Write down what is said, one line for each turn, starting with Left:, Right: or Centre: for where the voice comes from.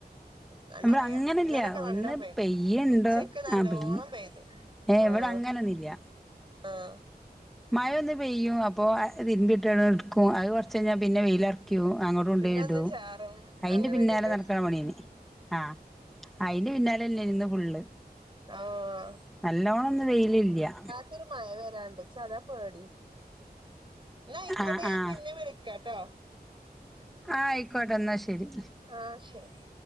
Right: കണ്ടെറിയാം
Centre: ഇവിടെ അങ്ങനില്ല
Right: ഇന്നലൊക്കെ നല്ലോം
Centre: ഒന്ന്
Right: പെയ്തു
Centre: പെയ്യുണ്ടോ
Right: ഉച്ചെക്ക് നല്ലോണം
Centre: ആ പെയ്യ്
Right: പെയ്തു.
Centre: ഏ
Right: ആഹ്
Centre: ഇവെടെ അങ്ങനൊന്നുയില്യാ.
Right: ആഹ്
Centre: മഴയൊന്ന് പെയ്യും അപ്പോ ഇൻതിട്ടങ്ങോടെടുക്കും അത് കൊറെച്ച് കഴിഞ്ഞാൽ പിന്നെ വെയിലാറ ക്കും അങ്ങോട്ടും കൊണ്ടേ
Right: പിന്നെ
Centre: ഇടു
Right: ഒന്ന് ചാറും
Centre: അതിന്റെ
Right: അങ്ങനെയൊക്കെല്ലേ
Centre: പിന്നാലെ നടക്കണ പണീന്. ആഹ് അയിന്റെ പിന്നാലേല്ലേ ഇന്ന് ഫുള്ള്.
Right: ആഹ്
Centre: നല്ലോണൊന്നു വെയിലില്യാ
Right: ക്കൊരു മയവരാണ്ട് ച്ചതാ പേടി ന്നായിക്കോട്ടെ
Centre: ആ
Right: ഞാൻ
Centre: ആ
Right: പിന്നെ വിളി കട്ടോ
Centre: ആയിക്കോട്ടെ എന്നാ ശരി
Right: ആഹ് ശരി